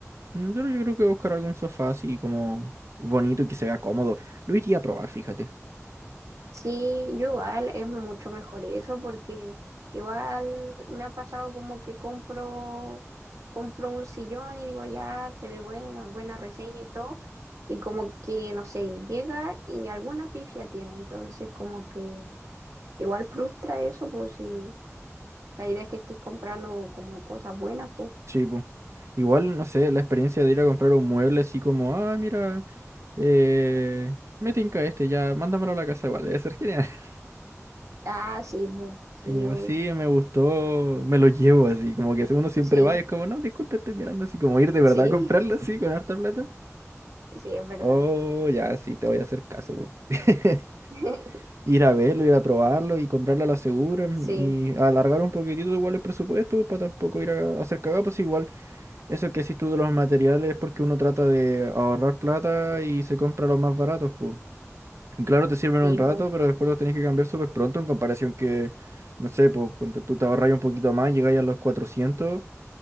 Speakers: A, on the right; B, on the right.
A: Mm, Pero yo creo que buscar algún sofá así como bonito y que se vea cómodo. Lo iría a probar, fíjate.
B: Sí, yo igual es mucho mejor eso porque igual me ha pasado como que compro compro un sillón y digo ya se ve bueno, buena reseña y todo y como que no sé, llega y alguna pifia tiene, entonces como que igual frustra eso, pues sí. La idea es que estoy comprando como cosas buenas, pues.
A: Sí, pues. Igual, no sé, la experiencia de ir a comprar un mueble así como, ah, mira, eh, me tinca este, ya, mándamelo a la casa igual, debe ser genial. <laughs>
B: Ah, sí, po.
A: Como,
B: Sí, obvio.
A: sí, me gustó, me lo llevo así, como que uno siempre
B: Sí,
A: va y es como, no, disculpe, estoy mirando así, como ir de verdad
B: sí,
A: a comprarlo así
B: <laughs>
A: con harta plata.
B: sí, es verdad.
A: Oh, ya, sí, te voy a hacer caso, güey. <laughs>
B: <laughs>
A: Ir a verlo, ir a probarlo y comprarlo a la segura mm,
B: Sí,
A: y alargar un poquitito igual el presupuesto para tampoco ir a hacer cagadas, pues igual eso que decís tú de los materiales es porque uno trata de ahorrar plata y se compra los más baratos, pues. Y Claro, te sirven
B: tipo,
A: un rato, pero después los tenés que cambiar súper pronto en comparación que, no sé, pues ponte tú te ahorras un poquito más, llegáis a los 400